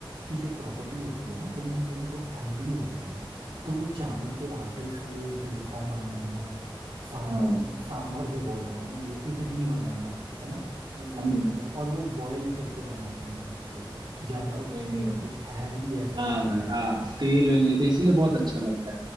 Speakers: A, on the right; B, on the right.
A: की जो प्रॉपर्टी होती है ना कहीं ना कहीं वो ठंडी होती है तो वो चावल के आटे से डोसा बनाना सांभर
B: हाँ
A: सांभर जो बोल रहा हूँ ये इडली बनाना है ना ये सारी
B: हम्म
A: चीज़ें और वो बॉयल करके बनाते हैं उसको ज्यादा उसमें
B: वही है
A: कुछ हैवी ऐसा
B: हाँ
A: कुछ
B: नहीं
A: नहीं डालते
B: हाँ तेल वेल नहीं तो इसीलिए बहुत अच्छा लगता है